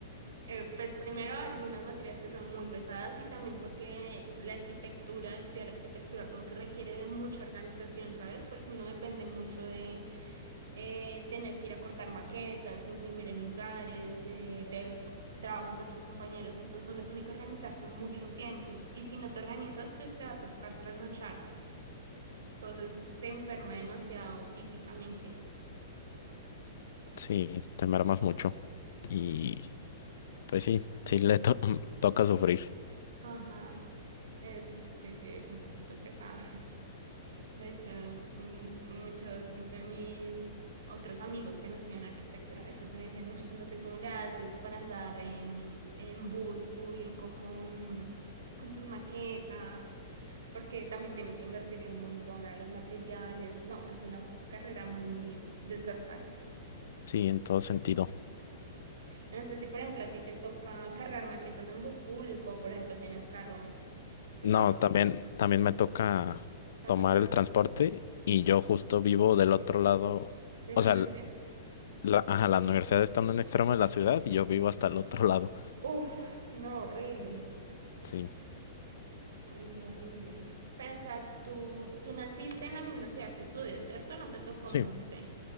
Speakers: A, on the right (about 85°); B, on the left (about 60°).
A: Eh, pues primero algunas materias que son muy pesadas y también porque la arquitectura, estudiar arquitectura como que requiere de mucha organización, ¿sabes? Porque uno depende mucho de eh, tener que ir a cortar maquetas, imprimir en lugares, eh, de co- trabajos de otros compañeros, entonces uno tiene que organizarse mucho en tiempos y si no te organizas, pues te va a tocar trasnochar, entonces te enferma demasiado físicamente.
B: Sí, te mermas mucho. Y pues sí, sí le to- <laughs> toca sufrir.
A: Ajá, es, sí, sí, es un poquito pesado. De hecho, m- muchos de mis otros amigos que no estudian arquitectura a veces me dicen, "Ush, no sé cómo le haces para andar en, en bus público con, con tus maquetas, porque también tienes que invertirle un montón a los materiales. No, es una carrera muy desgastante.
B: Sí, en todo sentido.
A: No sé si, por ejemplo, a ti te toca cargar maquetas en bus público, o, por ejemplo, tienes carro y
B: No,
A: pues
B: también, también me toca
A: te
B: tomar
A: toca
B: el transporte y yo justo vivo del otro lado.
A: de
B: O
A: la
B: sea,
A: universidad.
B: La, ajá, la universidad está en un extremo de la ciudad y yo vivo hasta el otro lado.
A: Uf, no, horrible.
B: Sí,
A: Horrible, horrible. Pero, o sea, tú, tú naciste en la misma ciudad que estudias, ¿cierto? No te tocó
B: sí.
A: moverte.